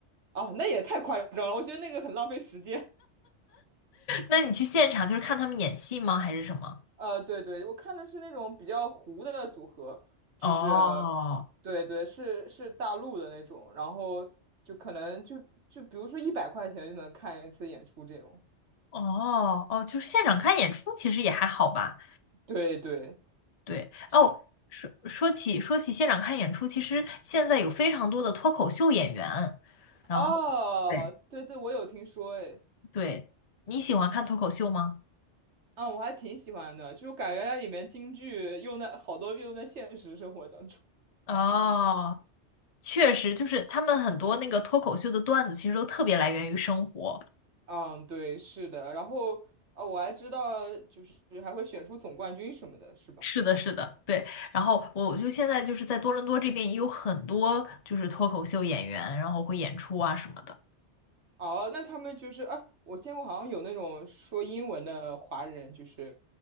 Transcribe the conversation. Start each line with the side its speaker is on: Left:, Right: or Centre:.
Right: 哦，那也太夸张了，我觉得那个很浪费时间。
Left: 那你去现场就是看他们演戏吗？还是什么？
Right: 呃，对对，我看的是那种比较糊的组合，就是，
Left: 哦
Right: 对对，是是大陆的那种，然后就可能就就比如说一百块钱就能看一次演出这种。
Left: 哦哦，就是现场看演出，其实也还好吧。
Right: 对对，
Left: 对哦，
Right: 就
Left: 说说起说起现场看演出，其实现在有非常多的脱口秀演员。然后
Right: 哦，
Left: 对
Right: 对对，我有听说哎，
Left: 对，你喜欢看脱口秀吗？
Right: 啊，我还挺喜欢的，就感觉它里面京剧用的好多用在现实生活当中。
Left: 哦，确实，就是他们很多那个脱口秀的段子，其实都特别来源于生活。
Right: 嗯，对，是的，然后。哦，我还知道，就是还会选出总冠军什么的，是吧？
Left: 是的，是的，对。然后我就现在就是在多伦多这边也有很多就是脱口秀演员，然后会演出啊什么的，
Right: 哦，那他们就是啊，我见过好像有那种说英文的华人，就是